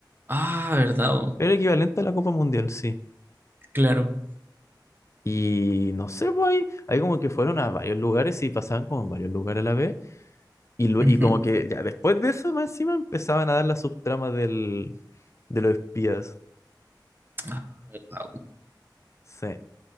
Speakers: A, on the right; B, on the left.
A: Ah, ¿verdad? po?
B: Era el equivalente a la Copa Mundial, sí.
A: Claro.
B: Y no sé, pues ahí, ahí como que fueron a varios lugares y pasaban como en varios lugares a la vez. Y, lue-
A: Ujú.
B: y como que ya después de eso, más encima empezaban a dar las subtramas del, de los espías.
A: Ah, ¿verdad?
B: Sí.